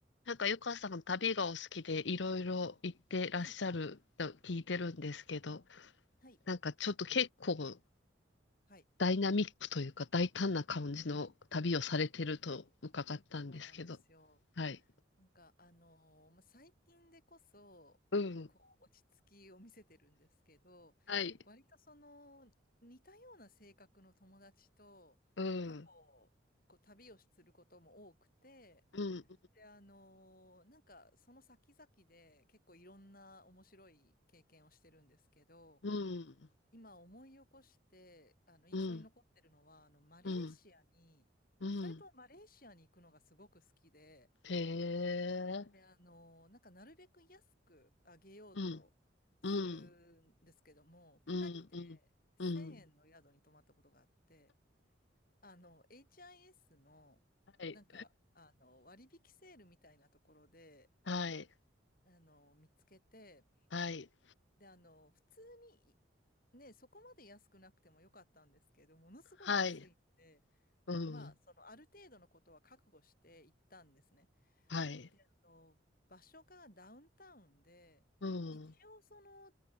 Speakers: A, on the left; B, on the left.
A: なんか、ゆかさん旅がお好きでいろいろ行ってらっしゃると聞いてるんですけど、
B: はい、はい、
A: なんかちょっと結構
B: はい。
A: ダイナミックというか大胆な感じの旅をされてると伺ったんですけど。
B: はい。そうなんですよ。
A: はい。
B: なんか、あのーまあ、最近でこそ、
A: うん。
B: こう、落ち着きを見せてるんですけど、
A: はい。
B: 割とその、似たような性格の友達と、
A: うん。
B: 過去、こう、旅をすることも多くて、
A: うん。
B: で、あのーなんか、その先々で結構いろんな面白い経験をしてるんですけど、
A: うん。
B: 今思い起こして、あの、印象に残ってるのは、
A: うん。
B: あの、マレーシアに、
A: うん。
B: まあ二人ともマレーシアに行くのがすごく好きで、
A: うん。へえ。
B: で、あの、なんかなるべく安くあげようとするんですけども、
A: うん。うん。
B: 二人で1000円の宿に泊まったことがあって、
A: うん。うん。うん。
B: あの、HIS の、
A: はい。
B: なんか、あの、割引セールみたいなところで、
A: はい。
B: あの、見つけて、
A: はい。
B: で、あの、普通に、ね、そこまで安くなくてもよかったんですけど、ものすごい安いので、
A: はい。うん。
B: まあ、その、ある程度のことは覚悟して行ったんですね。
A: はい。
B: で、あの、場所がダウンタウンで、
A: うん。
B: 一応その、